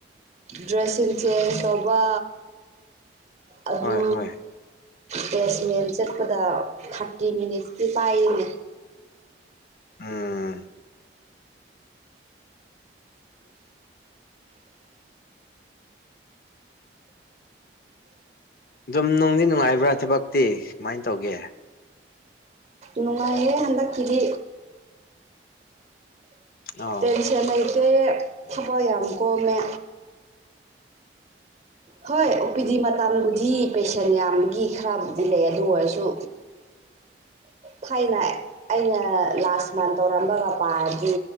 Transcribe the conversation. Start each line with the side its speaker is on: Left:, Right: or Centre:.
Right: ꯗ꯭ꯔꯦꯁꯤꯡ ꯆꯦꯟꯖ ꯇꯧꯕ ꯑꯗꯨ
Left: ꯍꯣꯏ ꯍꯣꯏ
Right: ꯕꯦꯁꯃꯦꯟ ꯆꯠꯄꯗ ꯊꯥꯔꯇꯤ ꯃꯤꯅꯤꯠꯁꯇꯤ ꯄꯥꯏꯌꯦꯅꯦ
Left: ꯎꯝ ꯗꯨꯝ ꯅꯨꯡꯗꯤ ꯅꯨꯡꯉꯥꯏꯕ꯭ꯔꯥ ꯊꯕꯛꯇꯤ ꯀꯃꯥꯏꯟ ꯇꯧꯒꯦ
Right: ꯅꯨꯡꯉꯥꯏꯌꯦ ꯍꯟꯗꯛꯀꯤꯗꯤ
Left: ꯑꯣ
Right: ꯇꯦꯟꯁꯟ ꯂꯩꯇꯦ ꯊꯕꯛ ꯌꯥꯝ ꯀꯣꯝꯃꯦ ꯍꯣꯏ ꯑꯣ ꯄꯤ ꯗꯤ ꯃꯇꯝꯕꯨꯗꯤ ꯄꯦꯁꯦꯟ ꯌꯥꯝꯕꯒꯤ ꯈꯔꯕꯨꯗꯤ ꯂꯩꯌꯦ ꯑꯗꯨ ꯑꯣꯏꯔꯁꯨ ꯊꯥꯏꯅ ꯑꯩꯅ ꯂꯥꯁ ꯃꯟ ꯇꯧꯔꯝꯕꯒ ꯄꯥꯔꯗꯤ